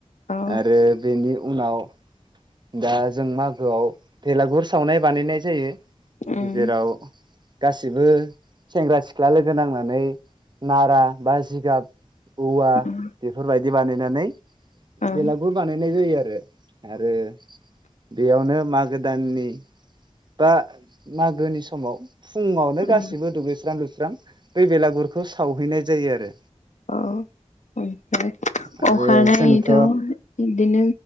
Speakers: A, on the left (about 90°); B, on the right (about 40°).
A: औ
B: आरो बेनि उनाव दा जों मागोआव बेलागुर सावनाय बानायनाय जायो।
A: उम
B: जेराव गाैबो सेंग्रा सिख्ला लोगो नांनानै नारा बा जिगाब औवा
A: ओं
B: बेफोरबायदि बानायनानै
A: ओं
B: बेलागुर बानायनाय जायो आरो आरो बेयावनो मागो दाननि बा मागोनि समाव फुङावनो
A: ओं
B: गासिबो दुगैस्रां लुस्रां बे बेलागुरखौ सावहैनाय जायो आरो
A: अ। ओमफ्राय
B: औ आरो
A: अखानायैथ'
B: जोंथ'
A: बिदिनो